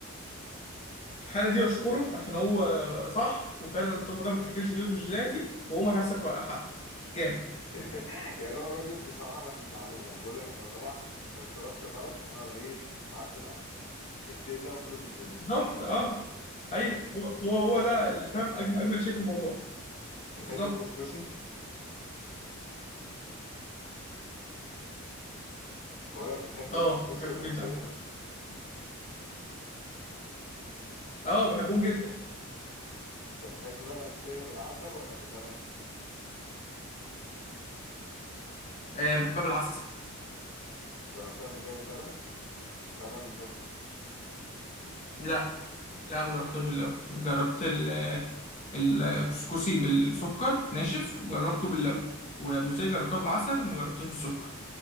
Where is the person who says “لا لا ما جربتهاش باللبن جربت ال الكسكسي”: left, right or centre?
Left